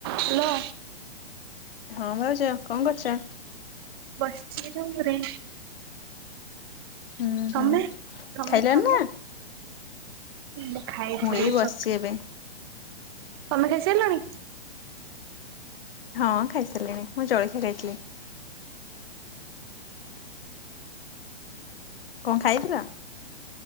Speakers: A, on the right; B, on the left.
A: Hello.
B: ହଁ ଭାଉଜ କଣ କରୁଚ?
A: ବସିଚି ରୁମରେ।
B: ହୁଁ ହୁଁ
A: ତମେ ତମେ
B: ଖାଇଲଣି
A: ତମେ।
B: ନା?
A: ମୁଁ ଖାଇଥିଲି
B: ଏଇ ବସିଛି
A: ସ
B: ଏବେ।
A: ତମେ ଖାଇସାରିଲଣି?
B: ହଁ ଖାଇସାରିଲିଣି ମୁଁ ଜଳଖିଆ ଖାଇଥିଲି। କଣ ଖାଇଥିଲ?